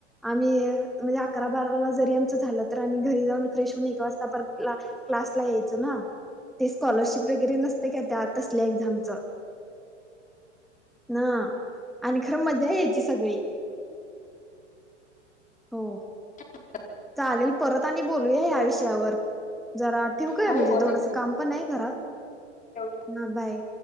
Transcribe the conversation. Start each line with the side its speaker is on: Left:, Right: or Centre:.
Centre: आम्ही म्हणजे अकरा बाराला जरी आमच झालं तर आम्ही घरी जाऊन फ्रेश एक वाजता क्लाला यायच ना. ते स्कॉलरशिप वगैरे नसते का त्या तसल्या एक्झामच ना आणि खरं मजा यायची सगळी.. हो
Left: ह
Centre: चालेल परत आणि बोलूया ह्या विषयावर. जरा ठेवकय
Left: हो
Centre: म्हणजे
Left: हो
Centre: थोडंसं
Left: नक्की
Centre: काम
Left: ठेव
Centre: पण नाही घरात.
Left: ठेव
Centre: ह बाय